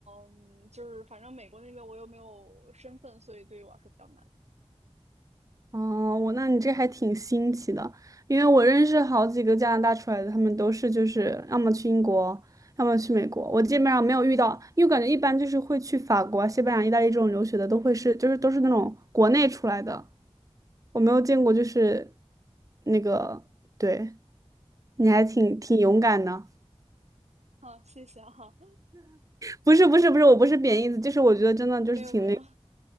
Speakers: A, on the right; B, on the right.
A: 嗯，就是反正美国那边我又没有身份，所以对于我来说比较难。
B: 哦，我那你这还挺新奇的，因为我认识好几个加拿大出来的，他们都是就是要么去英国，要么去美国。我基本上没有遇到，因为我感觉一般就是会去法国啊、西班牙、意大利这种留学的，都会是就是都是那种国内出来的，我没有见过就是那个，对，你还挺挺勇敢的。
A: <laughs> 好，谢谢哈，
B: 不是不是不是，我不是贬义词，就是我觉得真的就是挺那。
A: <laughs> 没有没有，